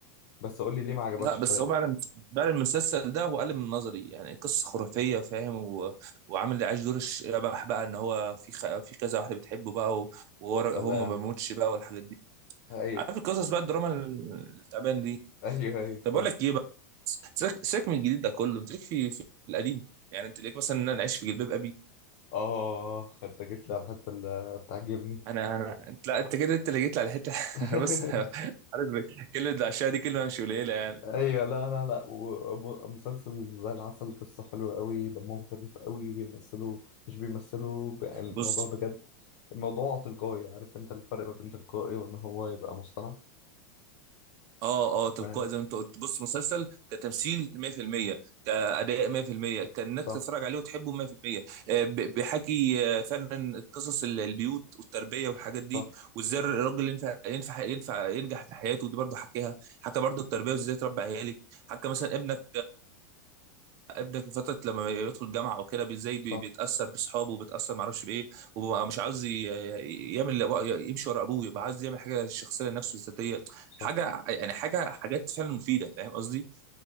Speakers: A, on the left; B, on the right.
A: بس قول لي ليه ما عجبكش
B: لا بس
A: طيب
B: هو بعد بعد المسلسل ده هو قلب من نظري يعني قصه خرافيه فاهم و... وعامل اللي عايش دور الشبح بقى ان هو في خ... في كذا واحده بتحبه بقى و... وهو ر-
A: سلام
B: هو ما بيموتش بقى والحاجات دي
A: ايوه
B: عارف القصص بقى الدراما التعبان دي
A: ايوه ايوه
B: طب
A: فاهم
B: اقول لك ايه بقى سيبك سيبك من الجديد ده كله انت ليك في في القديم يعني انت ليك مثلا ان انا اعيش في جلباب ابي
A: اه انت جيت لي على الحته اللي بتعجبني
B: انا انا انت لا انت كده انت اللي جيت لي على حته
A: <laughs>
B: <laughs> بص عارف كلمه العشاء دي كلمه مش قليله يعني
A: ايوه لا لا لا ومسلسل زي العسل قصه حلوه قوي دمهم خفيف قوي بيمثلوا مش بيمثلوا بقى الموضوع
B: بص
A: بجد الموضوع تلقائي عارف انت الفرق ما بين تلقائي وان هو يبقى مصطنع
B: اه اه تلقائي
A: فاهم
B: زي ما انت قلت بص مسلسل كتمثيل 100% كاداء 100% كانك
A: صح
B: تتفرج عليه وتحبه 100% آه، ب- بيحكي آه، فعلا قصص ال- البيوت والتربيه والحاجات دي
A: صح
B: وازاي الراجل ينفع ينفع ينفع ينجح في حياته ودي برضه حكيها حكى برضه التربيه وازاي تربي عيالك حكى مثلا ابنك ابنك في فتره لما يدخل الجامعه او كده بي- زي بي-
A: صح
B: بيتاثر باصحابه وبيتاثر معرفش بايه وبقى مش عاوز ي- ي- يعمل يمشي ورا ابوه يبقى عاوز يعمل حاجه شخصيه لنفسه ذاتيه
A: صح
B: حاجه يعني حاجه حاجات فعلا مفيده فاهم قصدي